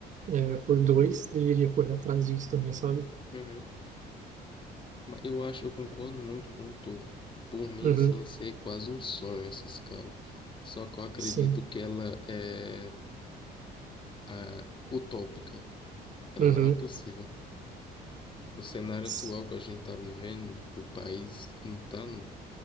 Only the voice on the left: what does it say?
Uhum. Mas Eu acho, eu concordo muito com o Thor. Por mim,
assim, ia ser quase um sonho essa escala. Só que eu acredito
que ela é ah, utópica. Ela
não é possível. No cenário
atual que a gente está vivendo, o país não está no,